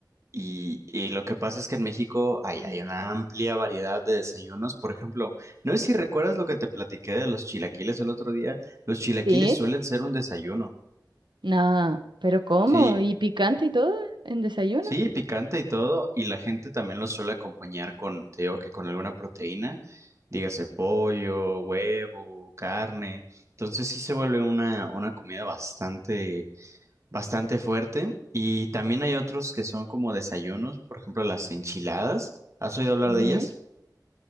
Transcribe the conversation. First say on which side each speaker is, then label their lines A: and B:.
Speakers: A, on the right; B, on the right.
A: Y, y lo que pasa es que en México hay, hay una amplia variedad de desayunos. Por ejemplo, no sé si recuerdas lo que te platiqué de los chilaquiles el otro día. Los chilaquiles
B: ¿sí?
A: suelen ser un desayuno.
B: Nada, pero ¿cómo?
A: Sí,
B: ¿Y picante y todo en desayuno?
A: sí, picante y todo. Y la gente también los suele acompañar con, te digo que con alguna proteína, dígase pollo, huevo, carne. Entonces sí se vuelve una, una comida bastante, bastante fuerte. Y también hay otros que son como desayunos, por ejemplo, las enchiladas. ¿Has oído hablar
B: Ujú.
A: de ellas?